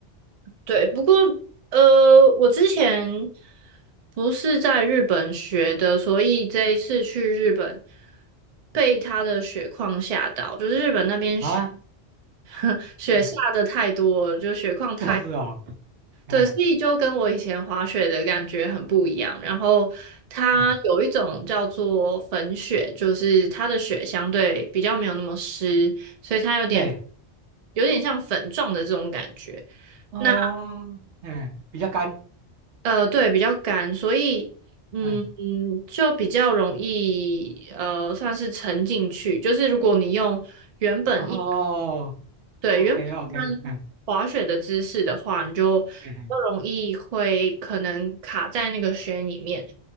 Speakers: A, on the right; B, on the right.
A: 对，不过呃，我之前不是在日本学的，所以这一次去日本被它的雪况吓到，就是日本那边雪
B: 啊。
A: <laughs> 雪下的太多了，
B: 哎
A: 就雪况太，
B: <laughs> 这样子哦，哎
A: 对，所以就跟我以前滑雪的感觉很不一样。然后它有一种叫做粉雪，
B: 哎，
A: 就是它的雪相对比较没有那么湿，所以它有点
B: 对，
A: 有点像粉状的这种感觉。
B: 哦，
A: 那
B: 哎，比较干，
A: 呃，对，比较干，所以嗯嗯，
B: 嗯，
A: 就比较容易呃，算是沉进去。就是如果你用原本一
B: 哦
A: 对原本一般滑雪的姿势的话，
B: ，OK OK，嗯
A: 你就比较容易会可能卡在那个雪里面。
B: 嗯